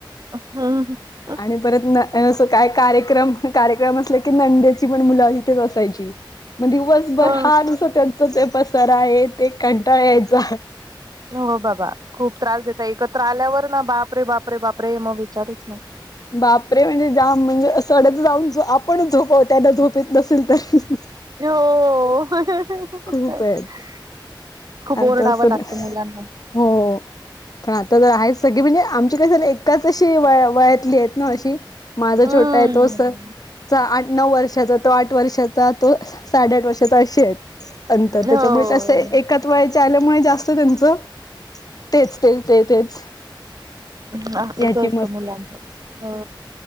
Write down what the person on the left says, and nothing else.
आणि परत न असं काय कार्यक्रम कार्यक्रम अस की नंद्याची पण मुलं इथेच असायची मग दिवसभर
हानुस ते पसर आहे ते कंटाळायचा
बापरे म्हणजे जाम म्हणजे सडत जाऊन आपणच झोप त्याना झोपत नसेल तर
खूप आहेत
आता
असं
नाही
हो पण आता तर आहे सगळी म्हणजे आमची काही स एकाच अशी वया आहेत ना अशी माझा
छोटा आहे तो स आठ नऊ वर्षाचा तो आठ वर्षाचा तो साडेआठ वर्षाचा असे आहे. अंतर
त्याच्यामुळे असं ए वयाचे आल्यामुळे जास्त त्यांच तेच तेच ते तेच
याची